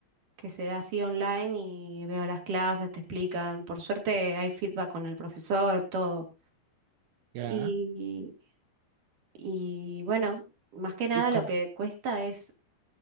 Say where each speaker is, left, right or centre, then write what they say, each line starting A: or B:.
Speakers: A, on the right (about 60°); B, on the right (about 85°).
A: que se da así online y veo las clases, te explican. Por suerte hay feedback con el profesor, todo.
B: Ya.
A: Y, y bueno, más que nada
B: Y con,
A: lo que cuesta es